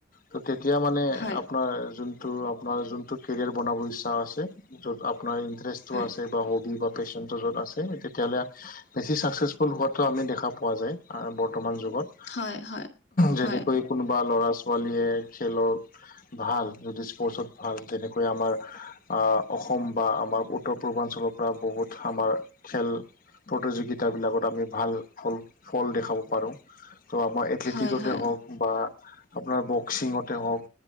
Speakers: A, on the left (about 50°); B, on the left (about 65°).
A: ত' তেতিয়া মানে
B: হয়
A: আপোনাৰ যোনটো আপোনাৰ যোনটো কেৰিয়াৰ বনাব ইচ্ছা আছে। য'ত আপোনাৰ ইণ্টাৰেষ্টটো
B: হয়
A: আছে বা হবি বা পেশ্বন য'তত আছে তেতিয়াহ'লে বেছি ছাকচেছফুল হোৱাটো আমি দেখা পোৱা যায় বৰ্তমান যুগত।
B: হয় হয়
A: যেনেকৈ
B: হয়
A: কোনোবা ল'ৰা-ছোৱালীয়ে খেলৰ ভাল যদি স্পৰ্টচত ভাল যেনেকৈ আমাৰ আ অসম বা আমাৰ উত্তৰ পূৰ্বাঞ্চলৰ পৰা বহুত আমাৰ খেল প্ৰতিযোগিতাবিলাকত আমি ভাল ফল ফল দেখাব পাৰোঁ। ত' আমাৰ এথলেটিকতে
B: হয় হয়
A: হওক বা আপোনাৰ বক্সিঙতে হওক